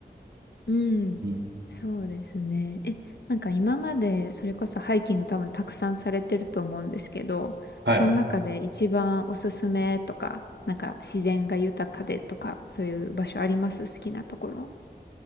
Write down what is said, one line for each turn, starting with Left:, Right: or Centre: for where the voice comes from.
Left: うん、
Right: うん。
Left: そうですね。え、なんか今までそれこそハイキング多分たくさんされてると思うんですけど、
Right: はい。
Left: その中で一番おすすめとか、なんか自然が豊かでとか、そういう場所あります好きなところ。